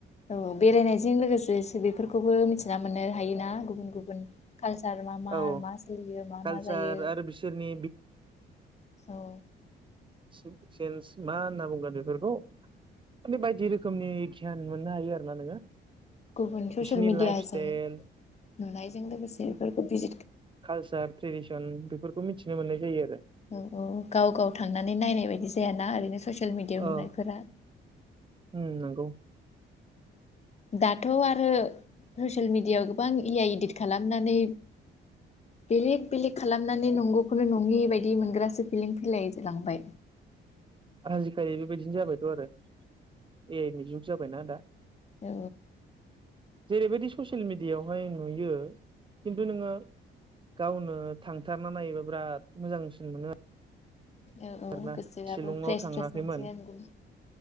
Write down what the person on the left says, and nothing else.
औ बेरायनायजों लोगोसे सिलिफोर खौबो मिथिना मोनो। हायोना गुबुन गुबुन कालचार मा मा
मा सोलियो मा
मा जायो
औ।
गुबुन ससियेल
मिडियाजों
नुनायजों लोगोसे बेफोरखौ बिजित
औ औ गाव गाव थांनानै नायनाय बायदि जायाना ओरैनो ससियेल मिडियाव नुनायफोरा।
दाथ आरो ससियेल मिडियाव गोबां इ आइ इदिट खालामनानै बेलेक बेलेक खालामनानै नंगौखौनो नङि बायदि मोनग्रासो फिलिं फैलाय लांबाय।
औ।
औ औ
गोसोआबो
फ्रेस
फ्रेस मोनसिगोन